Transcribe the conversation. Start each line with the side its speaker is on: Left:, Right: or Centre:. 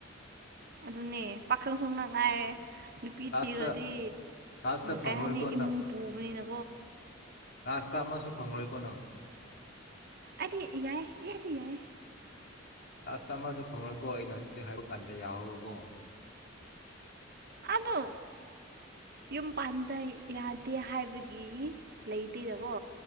Right: ꯑꯗꯨꯅꯦ ꯄꯥꯈꯪ ꯁꯨꯡꯅ ꯉꯥꯏꯔꯦ ꯅꯨꯄꯤ
Left: ꯂꯥꯁꯇ
Right: ꯊꯤꯈ꯭ꯔꯗꯤ
Left: ꯂꯥꯁꯇ ꯐꯪꯉꯔꯣꯏꯀꯣ
Right: ꯀꯩ ꯍꯥꯏꯅꯤ ꯏꯃꯨꯡ ꯄꯨꯕꯅꯤꯅ
Left: ꯔꯥꯁꯇ ꯑꯃꯁꯨ ꯐꯪꯂꯪꯂꯣꯏꯀꯣ ꯅꯪ
Right: ꯑꯗꯤ ꯌꯥꯏ ꯌꯥꯏꯗꯤ ꯌꯥꯏ
Left: ꯂꯥꯁꯇ ꯑꯃꯁꯨ ꯐꯪꯉꯀꯣ ꯑꯩꯅ ꯍꯧꯖꯤꯛ ꯍꯥꯏꯕ ꯀꯥꯟꯗ ꯌꯥꯍꯧꯔꯣꯀꯣ
Right: ꯑꯗꯣ ꯌꯨꯝ ꯄꯥꯟꯗ ꯌꯥꯗꯦ ꯍꯥꯏꯕꯒꯤ ꯂꯩꯇꯦꯗꯀꯣ